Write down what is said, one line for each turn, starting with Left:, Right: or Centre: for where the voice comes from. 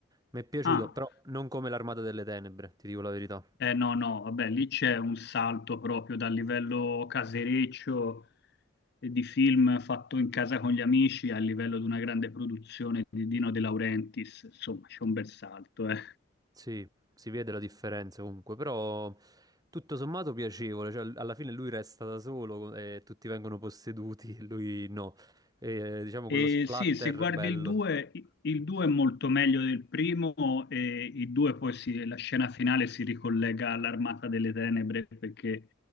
Right: mi è piaciuto,
Left: Ah,
Right: però non come L'Armata delle Tenebre, ti dico la verità.
Left: Eh no, no, vabbè, lì c'è un salto proprio dal livello casereccio eh, di film fatto in casa con gli amici al livello di una grande produzione di Dino De Laurentiis, insomma, c'è un bel salto, eh.
Right: Sì, si vede la differenza comunque, però tutto sommato piacevole, cioè alla fine lui resta da solo e tutti vengono posseduti, e lui no. E, diciamo
Left: E
Right: quello splatter
Left: sì, se guardi
Right: bello.
Left: il 2, il 2 è molto meglio del primo e il 2 poi si- la scena finale si ricollega all'Armata delle Tenebre perché